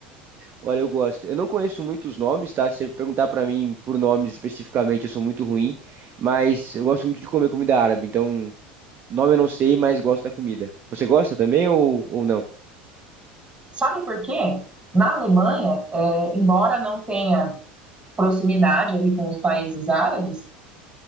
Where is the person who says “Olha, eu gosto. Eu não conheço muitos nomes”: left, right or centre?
Right